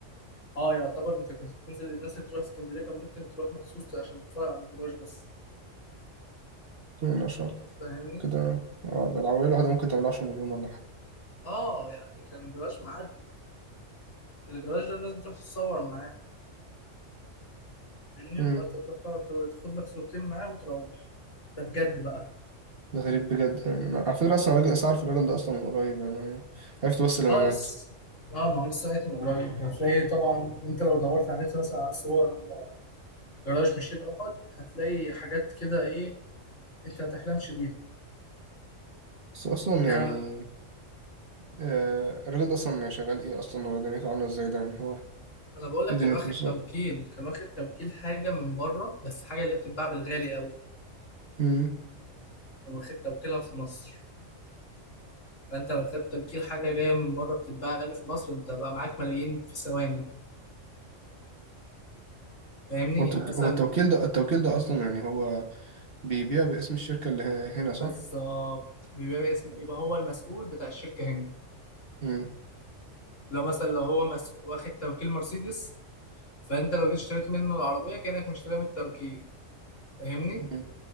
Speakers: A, on the left; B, on the right.
A: اه يعتبر انت كنت بتنزل الناس اللي بتروح اسكندريه كان ممكن تروح مخصوص عشان تتفرج على الجراج بس
B: مم، ما شاء الله
A: فاهمني
B: كده اه ده العربية الواحدة ممكن تعمل 10 مليون ولا حاجة
A: اه يعني كان الجراج معدي الجراج ده الناس بتروح تتصور معاه فاهمني
B: مم.
A: اللي هو انت بتروح تقعد ت- تاخد لك صورتين معاه وتروح ده بجد بقى
B: ده غريب بجد يعني انا على فكره اصلا راجل اعرف الراجل ده اصلا من قريب يعني أنا عرفت بس لما
A: اه
B: مات
A: لسه اه ما هو لسه لقيته من قريب هتلاقي طبعا انت لو دورت على النت مثلا على صور جراج ميشيل احد هتلاقي حاجات كده ايه انت ما تحلمش بيها
B: بس اصلا يعني
A: يعني
B: آه الراجل ده اصلا يعني شغال ايه اصلا هو دنيته عامله ازاي ده يعني هو
A: انا بقول لك
B: ايه دنيته
A: كان واخد
B: بالظبط
A: توكيل كان واخد توكيل حاجه من بره بس حاجه اللي هي بتتباع بالغالي قوي
B: امم
A: لو خدت توكيلها في مصر فانت لو خدت توكيل حاجه جايه من بره بتتباع غالي في مصر انت بقى معاك ملايين في ثواني فاهمني
B: هو التوك-
A: يعني مثلا
B: هو التوكيل ده التوكيل ده اصلا يعني هو بيبيع باسم الشركه اللي ه- هنا صح
A: بالظبط بيبقى اسم يبقى هو المسؤول بتاع الشركه هنا
B: امم
A: لو مثلا لو هو مس... واخد توكيل مرسيدس فانت لو جيت اشتريت منه العربيه كانك مشتريها من التوكيل فاهمني
B: أمم.